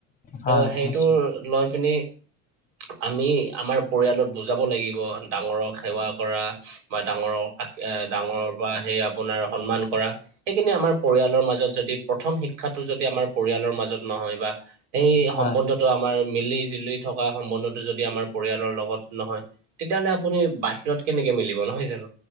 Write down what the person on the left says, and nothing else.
হয়
নিশ্চয়
হয়